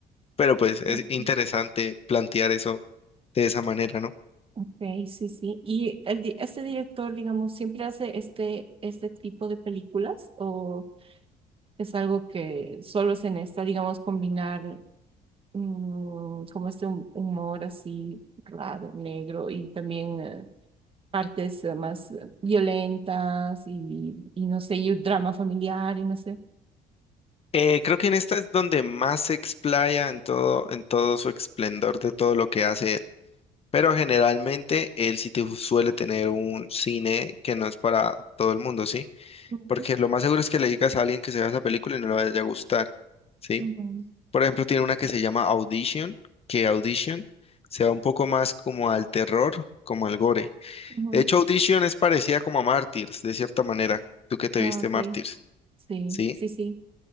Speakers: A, on the left; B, on the right.
A: pero pues
B: es cierto.
A: es interesante plantear eso de esa manera, ¿no?
B: Ok, sí, sí. ¿Y el, di- este director, digamos, siempre hace este, este tipo de películas o es algo que solo se necesita, digamos, combinar mm, como este hum- humor así raro, negro y también eh, partes eh, más eh, violentas y, y no sé, y un drama familiar y no sé?
A: Eh, creo que en esta es donde más se explaya en todo, en todo su esplendor de todo lo que hace él. Pero generalmente él sí te- suele tener un cine que no es para todo el mundo, ¿sí?
B: Ujú,
A: Porque lo más seguro es que le digas a alguien que se vea esa película y no le vaya a gustar, ¿sí?
B: ujú,
A: Por ejemplo, tiene una que
B: ujú.
A: se llama Audition, que Audition se va un poco más como al terror, como al gore.
B: Ujú.
A: De hecho, Audition es parecida como a Mártires, de cierta manera. Tú que te
B: Ah,
A: viste
B: ok,
A: Mártires?
B: sí,
A: ¿sí?
B: sí, sí.